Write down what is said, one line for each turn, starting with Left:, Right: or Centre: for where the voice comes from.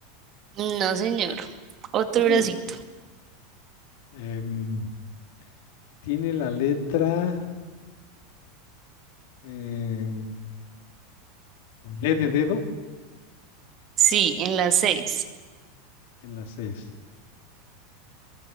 Right: No, señor. Otro
Left: Uh.
Right: bracito.
Left: Em, tiene la letra em, D de dedo
Right: Sí, en la seis.
Left: en la seis